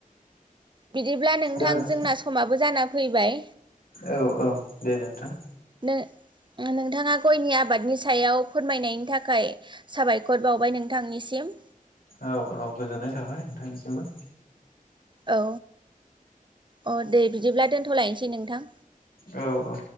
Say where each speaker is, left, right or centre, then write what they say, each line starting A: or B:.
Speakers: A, on the right (about 35°); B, on the left (about 80°).
A: बिदिब्ला नोंथां
B: जागोन
A: जोंना समाबो जाना फैबाय
B: औ औ दे नोंथां
A: नो नोंथाङा गयनि आबादनि सायाव फोरमायनायनि थाखाय साबायखर बावबाय नोंथांनिसिम
B: औ औ गोजोननाय थाबाय नोंथांनिसिमबो
A: औ अ दे बिदिब्ला दोनथ'लायसै नोंथां
B: औ औ